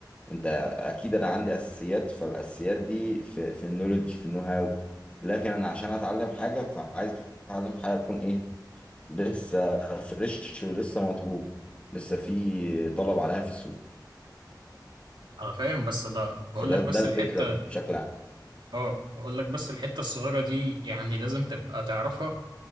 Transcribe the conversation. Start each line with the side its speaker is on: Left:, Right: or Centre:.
Left: انت اكيد انا عندي اساسيات فالاساسيات دي في في النولج في النو هاو لكن انا عشان اتعلم حاجه فعايز اتعلم حاجه تكون ايه لسه فريش ولسه مطلوب لسه في طلب عليها في السوق
Right: انا فاهم بس ده بقول
Left: فده
Right: لك
Left: ده
Right: بس
Left: الفكره
Right: الحته
Left: بشكل عام
Right: اه بقول لك بس الحته الصغيره دي يعني لازم تبقى تعرفها